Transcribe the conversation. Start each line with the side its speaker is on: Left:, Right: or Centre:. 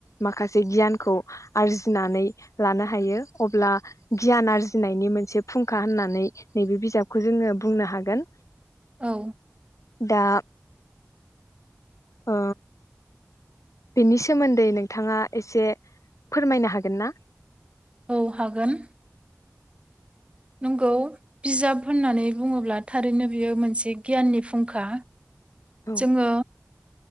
Left: माखासे गियानखौ आरजिनानै लानो हायो अब्ला गियान आरजिनायनि मोनसे फुंखा होननानै नैबे बिजाबखौ जोङो बुंनो हागोन।
Right: औ
Left: दा ओ बेनि सोमोन्दै नोंथाङा एसे फोरमायनो हागोनना
Right: औ हागोन नंगौ बिजाब होननानै बुङोब्ला थारैनो बियो मोनसे गियाननि फुंखा
Left: औ
Right: जोङो